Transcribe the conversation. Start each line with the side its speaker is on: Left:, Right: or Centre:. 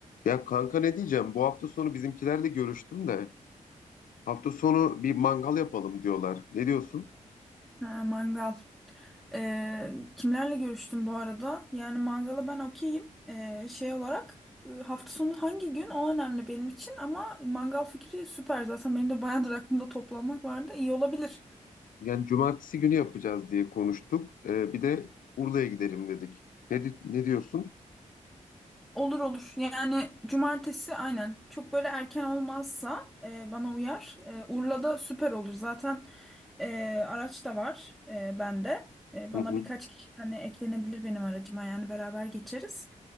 Left: Ya kanka ne diyeceğim? Bu hafta sonu bizimkilerle görüştüm de hafta sonu bir mangal yapalım diyorlar. Ne diyorsun?
Centre: Ha, mangal. Ee, kimlerle görüştüm bu arada? Yani mangala ben okeyim. Ee, şey olarak e, hafta sonu hangi gün o önemli benim için ama mangal fikri süper. Zaten benim de bayağıdır aklımda toplanmak vardı. İyi olabilir.
Left: Yani cumartesi günü yapacağız diye konuştuk. Ee, bir de Urla'ya gidelim dedik. Ne, di- ne diyorsun?
Centre: Olur olur. Yani cumartesi aynen. Çok böyle erken olmazsa e, bana uyar. E, Urla'da süper olur. Zaten e, araç da var e, bende. E,
Left: Hı
Centre: bana
Left: hı.
Centre: birkaç kişi hani eklenebilir benim aracıma yani beraber geçeriz.